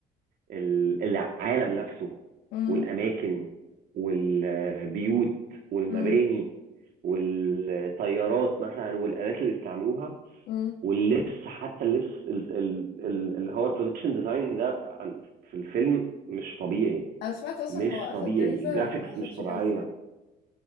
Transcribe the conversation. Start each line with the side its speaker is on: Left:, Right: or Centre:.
Right: ال- العالم نفسه
Left: امم
Right: والاماكن والبيوت والمباني
Left: امم
Right: والطيارات مثلا والالات اللي استعملوها
Left: امم
Right: واللبس حتى اللبس ال- ال- ال- اللي هو البرودكشن ديزاين ده عن- في الفيلم مش طبيعي
Left: انا سمعت اصلا
Right: مش
Left: هو اخد
Right: طبيعي
Left: جايزة
Right: الجرافيكس
Left: ولا ما اخدش
Right: مش طبيعية
Left: جايزة